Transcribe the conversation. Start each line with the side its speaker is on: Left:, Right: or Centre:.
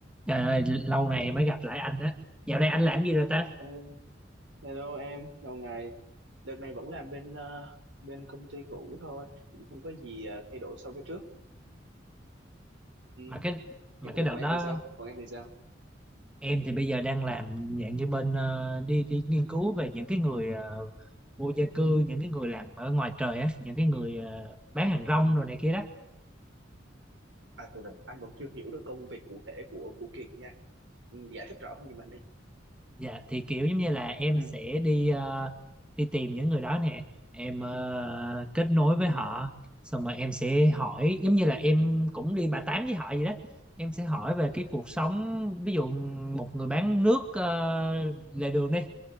Centre: Trời ơi, lâu này mới gặp lại anh á. Dạo này anh làm gì rồi ta?
Right: Ờ, hello em, lâu ngày. Đợt này vẫn làm bên ờ, bên công ty cũ thôi, cũng không có gì ờ, thay đổi so với trước. Ừ.
Centre: Mà cái mà
Right: Thế còn
Centre: cái đợt
Right: của em
Centre: đó
Right: thì sao? Còn em thì sao?
Centre: em thì bây giờ đang làm dạng như bên ờ, đi đi nghiên cứu về những cái người ờ, vô gia cư, những cái người làm ở ngoài trời á, những cái người ờ, bán hàng rong rồi này kia đó.
Right: À từ từ, anh vẫn chưa hiểu được công việc cụ thể của của Kiệt nha. Ừ, giải thích rõ hơn giùm anh đi.
Centre: Dạ thì kiểu giống như là em
Right: Ừ.
Centre: sẽ đi ờ, đi tìm những người đó nè, em ờ, kết nối với họ, xong rồi em sẽ hỏi giống như là em cũng đi bà tám với họ vậy đó. Em sẽ hỏi về cái cuộc sống ví dụ một người bán nước ờ, lề đường đi